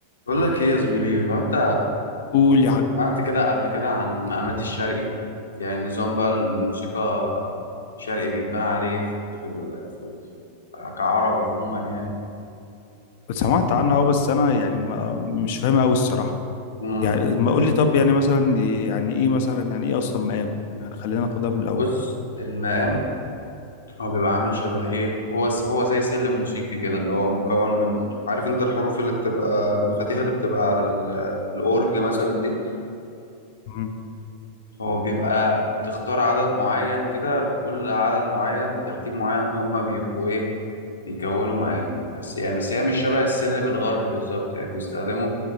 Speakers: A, on the left (about 75°); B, on the left (about 50°).
A: بقول لك ايه يا زميلي هو انت
B: قول يا حاج
A: سمعت كده قبل كده عن مقامات الشرقي يعني نظام بقى الموسيقى الشرقي بيتبنى عليه في في, ال... في, ال... في كعرب عموما يعني
B: سمعت عنها اه بس انا يعني ما مش فاهمها قوي الصراحه
A: مم.
B: يعني ما قول لي طب يعني مثلا يعني ايه مثلا يعني ايه اصلا مقام يعني خلينا ناخدها من الاول
A: بص المقام هو بيبقى عامل شبه ايه هو س- هو زي سلم موسيقي كده اللي هو مكون من عارف انت الحروف اللي بتبقى مفاتيحها اللي بتبقى على ال... الاورج مثلا دي
B: مم.
A: هو بيبقى تختار عدد معين كده كل عدد معين بترتيب معين هما بيبقوا ايه بيكونوا معاه بس يعني بس هي مش شبه السلم الغربي بالظبط يعني بيستخدموا